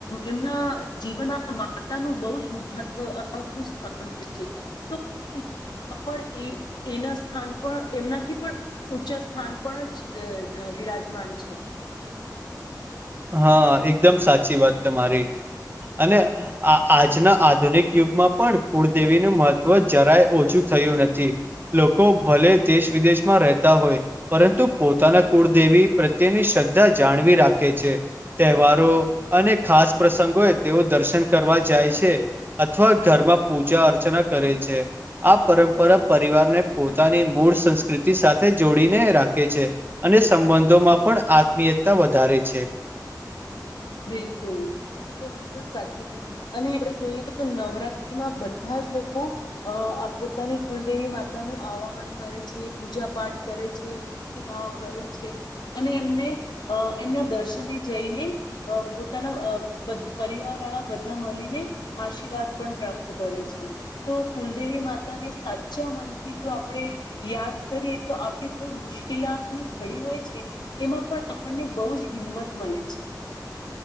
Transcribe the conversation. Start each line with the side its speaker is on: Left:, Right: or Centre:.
Left: એમના જીવનમાં માતાનું બહુ જ મહત્વ અનોખુ સ્થાન હોય છે તો પણ એ એના સ્થાન પણ એમનાથી પણ ઊંચા સ્થાન પણ જ બિરાજમાન છે.
Right: હા એકદમ સાચી વાત તમારી અને આ આજના આધુનિક યુગમાં પણ કુળદેવીનું મહત્વ જરાય ઓછું થયું નથી, લોકો ભલે દેશ વિદેશમાં રહેતા હોય પરંતુ પોતાના કુળદેવી પ્રત્યેની શ્રદ્ધા જાણવી રાખે છે. તહેવારો અને ખાસ પ્રસંગો તેઓ દર્શન કરવા જાય છે. અથવા ઘરમાં પૂજા અર્ચના કરે છે. આ પરંપરા પરિવારને પોતાની મૂળ સંસ્કૃતિ સાથે જોડીને રાખે છે. અને સંબંધોમાં પણ આત્મીયતા વધારે છે.
Left: બિલકુલ. એ તો બિલકુલ સાચું કીધું અને આપણે જોઈએ તો નવરાત્રીમાં બધા જ લોકો અ પોતાની કુલદેવી માતાનું આવાહન કરે છે, પૂજા પાઠ કરે છે, ભક્તિભાવ કરે અને એમને અ એમના દર્શને જઈને અ પોતાના પરિવાર વાળા બધા મળીને આશીર્વાદ પણ પ્રાપ્ત કરે છે. તો કુલદેવી માતાને સાચા મનથી જો આપણે યાદ કરીએ તો આપણે કોઈ મુશ્કેલાતની ઘડી હોય છે એમાં પણ આપણને બહુ જ હિંમત મળે છે.